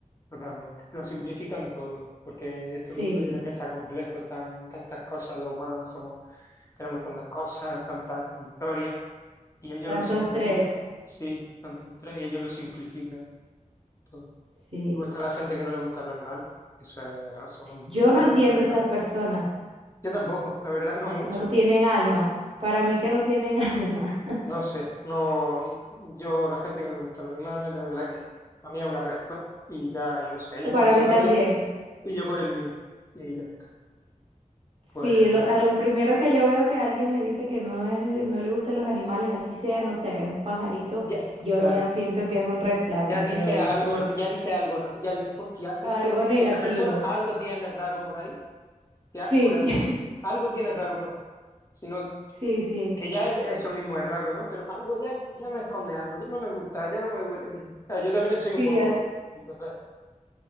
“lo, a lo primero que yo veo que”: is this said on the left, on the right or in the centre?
Right